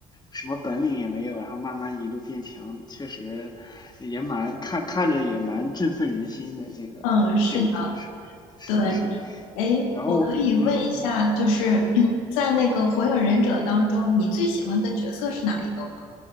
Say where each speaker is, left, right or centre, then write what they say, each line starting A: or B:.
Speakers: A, on the left; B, on the left.
A: 什么本领也没有，然后慢慢一路变强，确实也蛮看看着也蛮振奋人心的这个这个故事，
B: 嗯，是的，
A: 是是，
B: 对。哎，
A: 然后我嗯。
B: 我可以问一下，就是嗯 <clears throat> 在那个《火影忍者》当中，你最喜欢的角色是哪一个吗？